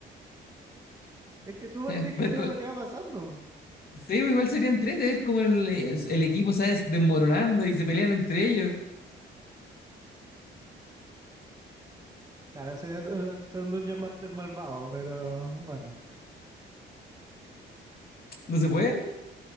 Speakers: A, on the right; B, on the left.
A: Es que tú vas
B: <laughs>
A: dictando
B: Ver co-
A: lo que va pasando. bo.
B: sí, pues igual sería entrete ver cómo el, el equipo, ¿sabes? Desmoronando y se pelean entre ellos.
A: Claro, sería ser un ser un Dungeon Master malvado, pero bueno,
B: ¿No se puede?